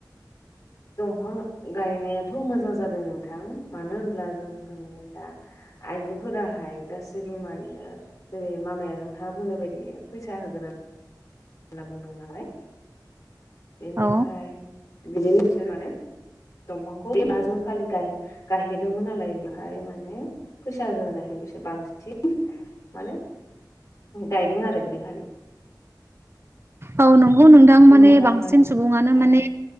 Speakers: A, on the left; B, on the right.
A: बिफां गायनायाथ' मोजां जादों नोंथां मानो होनब्ला जोंफोरनि दा आइजोफोराहाय गासैबो माने जेरै मामाया नोंथाङा बुंनाय बायदि फैसा होगोन होनना बुंदों नालाय। बेनिफ्राय
B: औ
A: बिदिनो बिसोर माने दंफांखौ बे बा जुन खालि गाय गायहैदोंमोन नालाय बेहाय माने फैसा होगोन होननायखाय बिसोर बांसिन माने गायदों आरो बे खालि
B: औ नं ओ नोंथां माने
A: उनावहाय
B: बांसिन
A: माने
B: सुबुङानो माने
A: औ